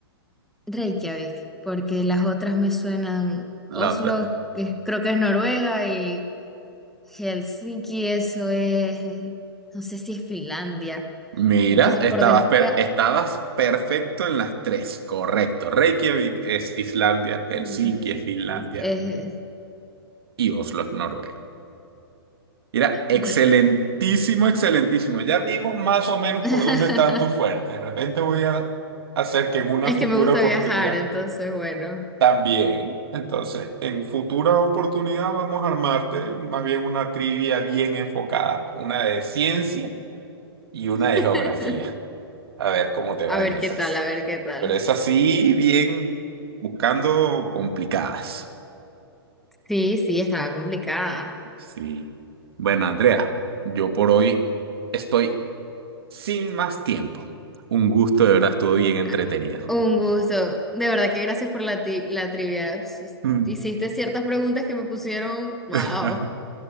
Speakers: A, in the centre; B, on the right.
A: Reykjavik, porque las otras me suenan.
B: La
A: Oslo,
B: otra.
A: que es- creo que es Noruega, y Helsinki, eso es. No sé si es Finlandia.
B: Mira,
A: Entonces,
B: estabas,
A: por desca.
B: per- estabas perfecto en las tres. Correcto. Reykjavik es Islandia, Helsinki
A: Mm,
B: es Finlandia
A: eh,
B: y Oslo es Noruega. Mira, excelentísimo,
A: bu-
B: excelentísimo. Ya vimos más o menos
A: <laughs>
B: por dónde están tus fuertes. De repente voy a hacer que en una
A: es
B: futura
A: que me gusta
B: oportunidad
A: viajar, entonces, bueno.
B: también. Entonces, en futura oportunidad vamos a armarte más bien una trivia bien enfocada. Una de ciencia y una de
A: <laughs>
B: geografía. A ver cómo te
A: A
B: va
A: ver
B: en esas.
A: qué tal, a ver qué tal.
B: Pero es así, bien buscando complicadas.
A: Sí, sí, estaba complicada.
B: Sí. Bueno, Andrea, yo por hoy estoy sin más tiempo. Un gusto, de verdad, estuvo bien entretenido.
A: Ah, Un gusto. De verdad que gracias por la, ti- la trivia. Sus-
B: Mm.
A: Hiciste ciertas preguntas que me pusieron,
B: <laughs>
A: wow,